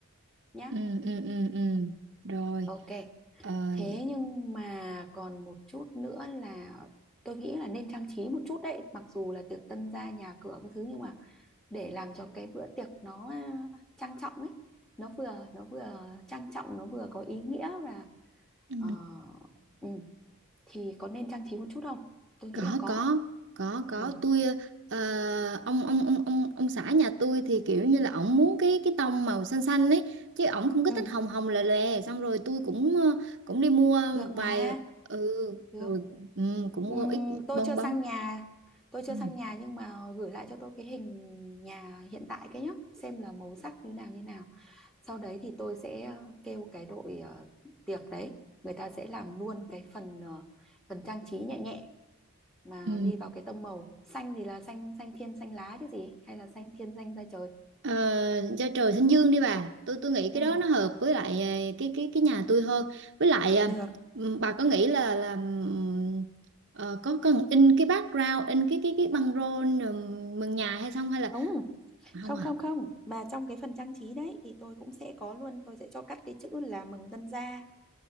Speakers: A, in the centre; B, on the right (about 55°).
A: nhá
B: ừ ừ ừ ừ. rồi
A: ok
B: Ờ,
A: thế nhưng mà còn một chút nữa là tôi nghĩ là nên trang trí một chút đấy mặc dù là tiệc tân gia nhà cửa cái thứ nhưng mà để làm cho cái bữa tiệc nó à, trang trọng ấy nó vừa nó vừa trang trọng nó vừa có ý nghĩa và
B: ừ.
A: ờ, ừ, thì có nên trang trí một chút không tôi
B: có
A: nghĩ là có
B: có có có
A: ừ,
B: tôi ờ, ông ông ông ông ông xã nhà tôi thì kiểu như là ổng muốn cái cái tông màu xanh xanh ấy chứ ổng không có
A: ừ,
B: thích hồng hồng lè lè xong rồi tôi cũng ờ, cũng đi mua
A: được
B: vài
A: mà
B: ừ
A: được
B: rồi ừ, cũng
A: ừ,
B: mua ít
A: tôi
B: bông
A: chưa
B: bông
A: sang nhà tôi chưa
B: ừ.
A: sang nhà nhưng mà gửi lại cho tôi cái hình nhà hiện tại cái nhá xem là màu sắc như nào như nào sau đấy thì tôi sẽ ờ, kêu cái đội ờ, tiệc đấy người ta sẽ làm luôn cái phần ờ, phần trang trí nhẹ nhẹ mà
B: Ừ.
A: đi vào cái tông màu xanh thì là xanh xanh thiên xanh lá chứ gì hay là xanh thiên xanh da trời
B: Ờ, da trời xanh dương đi bà tôi tôi nghĩ cái
A: ừ
B: đó nó hợp với lại ờ, cái cái cái nhà tôi hơn với lại à,
A: Được.
B: ừm, bà có nghĩ là là ừm, ờ, có cần in cái background in cái cái cái băng rôn ừm, mừng nhà hay không hay là
A: Không,
B: không
A: không
B: à
A: không không. Mà trong cái phần trang trí đấy thì tôi cũng sẽ có luôn, tôi sẽ cho cắt cái chữ là mừng tân gia